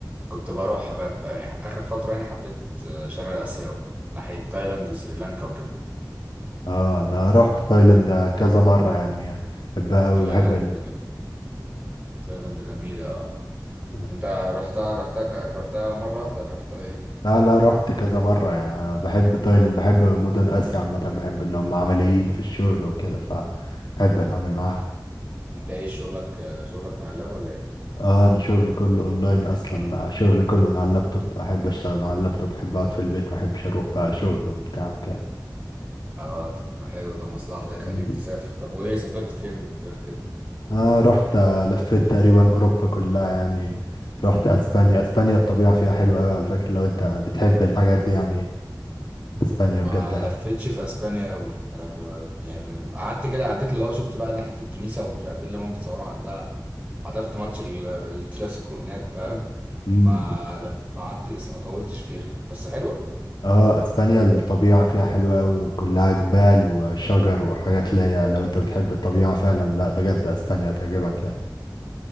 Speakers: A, on the right; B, on the left.
A: كنت بروح ب... ب- يعني اخر فتره يعني حبيت شرق اسيا أوي ناحيه تايلاند وسريلانكا وكده
B: اه انا رحت تايلاند كذا مرة يعني بحبها اوي
A: تايلاند
B: بحب
A: تايلاند جميله آه.
B: ال...
A: انت رحتها رحتها ك- رحتها مرة واحدة ولا رحتها ايه
B: لا لا رحت كذا مرة يعني بحب تايلاند بحب مدن آسيا عامة بحب إن هم عمليين في الشغل وكده فبحب أتعامل معاهم
A: انت ايه شغلك آه، شغلك مع اللاب ولا ايه
B: اه أنا شغلي كله أونلاين أصلا شغلي كله من على اللابتوب أحب أشتغل على اللابتوب أحب أقعد في البيت محبش أروح بقى شغل وبتاع وكده
A: اه طب ما حلو ده مصلحة ده يخليك
B: مم.
A: تسافر طب وايه سافرت فين غير كده
B: اه رحت آه، لفيت تقريبا أوروبا كلها يعني رحت أسبانيا أسبانيا الطبيعة فيها حلوة أوي على فكرة لو أنت بتحب الحاجات دي يعني أسبانيا
A: ما
B: بجد
A: لفتش في اسبانيا قوي ما لف... يعني قعدت كده عديت اللي هو شفت بقى ناحية الكنيسة ومش عارف ايه اللي هم بيتصوروا عندها حضرت ماتش ال- الكلاسيكو هناك فاهم
B: حلوة
A: ما لف ما قعدت بس ما طولتش فيها بس حلوة
B: اه اسبانيا الطبيعة فيها حلوة قوي وكلها جبال وشجر وحاجات اللي هي لو انت بتحب الطبيعة فعلا لا بجد اسبانيا تعجبك يعني